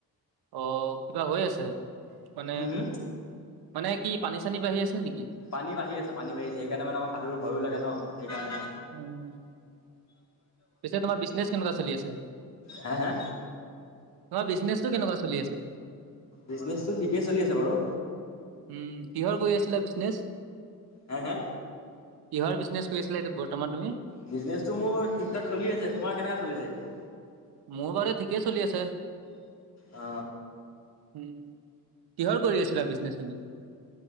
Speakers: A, on the right (about 80°); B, on the left (about 45°).
A: অ কিবা হৈ আছে মানে
B: হুম হুম?
A: মানে কি পানী চানী বাঢ়ি আছে নেকি
B: পানী বাঢ়ি আছে পানী বাঢ়িছে সেইকাৰণে মানে অকনমান সাতুৰিব ভয়ো লাগে ন সেইকাৰণে
A: উম পিছে তোমাৰ বিজনেছ কেনেকুৱা চলি আছে
B: হে হে
A: তোমাৰ বিজনেচটো কেনেকুৱা চলি আছে
B: বিজনেছটো ঠিকেই চলি আছে বাৰু।
A: উম কিহৰ কৰি আছিলা বিজনেছ।
B: হা হা
A: কিহৰ বিজনেছ কৰি আছিলা এইটো বৰ্তমান তুমি
B: বিজনেছটো মোৰ ঠিক থাক চলি আছে তোমাৰ কেনেকা চলি আছে এতিয়া
A: মোৰ বাৰু ঠিকেই চলি আছে
B: অ
A: উম কিহৰ কৰি আছিলা বিজনেছ তুমি?